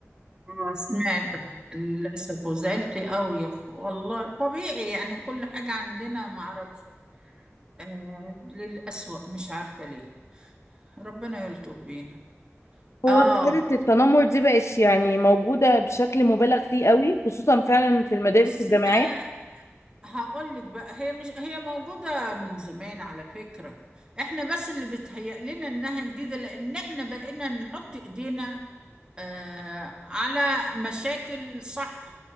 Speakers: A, on the right (about 15°); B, on the left (about 65°).
A: آه، سمعت للأسف وزعلت أوي والله طبيعي يعني كل حاجة عندنا معرفش آه للأسوأ مش عارفة ليه ربنا يلطف بينا
B: هو
A: آه
B: ظاهره التنمر دي بقت يعني موجوده بشكل مبالغ فيه قوي خصوصا فعلا في المدارس
A: بصي
B: والجامعات
A: بقى هقول لك بقى هي مش هي موجودة من زمان على فكرة احنا بس اللي بيتهيأ لنا انها جديدة لان احنا بقينا نحط ايدينا آه على مشاكل صح